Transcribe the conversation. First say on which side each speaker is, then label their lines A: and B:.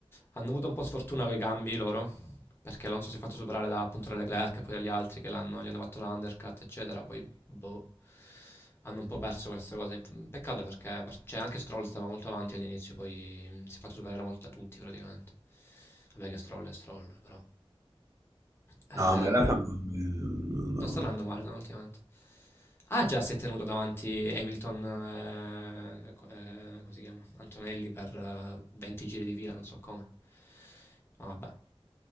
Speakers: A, on the left (about 25°); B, on the right (about 30°).
A: hanno avuto un po' sfortuna con i cambi loro, perché Alonso si è fatto superare da appunto da Leclerc e poi dagli altri che l'hanno- gli hanno fatto l'undercut, eccetera. Poi, boh, hanno un po' perso queste cose. Peccato perché, per- cioè, anche Stroll stava molto avanti all'inizio, poi si è fatto superare molto da tutti praticamente. Vabbè che Stroll è Stroll, però. Eh,
B: No, ma in realtà non- no,
A: non
B: no,
A: sta andando
B: no.
A: male no, ultimamente. Ah, già si è tenuto davanti Hamilton, eh, eh, co- eh, come si chiama? Antonelli per eh, 20 giri di fila, non so come. Ma vabbè.